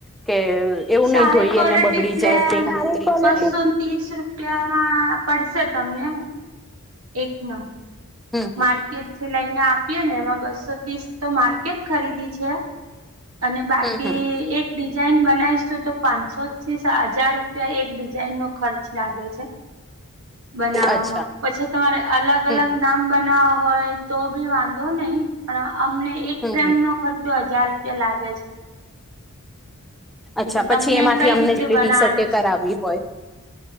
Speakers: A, in the centre; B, on the right.
A: કે એવું
B: સારી
A: નહી ધોઈએ
B: ક્વોલિટી
A: ને બગડી
B: એટલે
A: જાય પ્રિન્ટ ઉતરી
B: બસો
A: જાય
B: ત્રીસ રૂપિયામાં પડશે. તમને એક મા
A: હમ હમ
B: માર્કેટ થી લઈને આપીએ ને એમાં બસો ત્રીસ તો માર્કેટ ખરીદી છે. અને બાકી
A: હમ હમ
B: એક ડિઝાઇન બનાવીશું તો પાંચસો થી સા હજાર રૂપિયા એક ડિઝઇન નો ખર્ચ લાગે છે. બનાવામાં
A: અચ્છા
B: પછી તમારે અલગ
A: હમ
B: અલગ
A: હમ
B: નામ બનાવવા હોય તો બી વાંધો નહી પણ અમને એક
A: હમ
B: ફ્રેમ
A: હમ
B: નો ખર્ચો હજાર રૂપિયા લાગે છે.
A: અચ્છા
B: એટલે
A: પછી
B: તમને
A: એમાંથી
B: કઈ
A: અમને
B: રીતે
A: જેટલી
B: બનાવાની
A: ટી શર્ટે
B: છે
A: કરાવી હોય.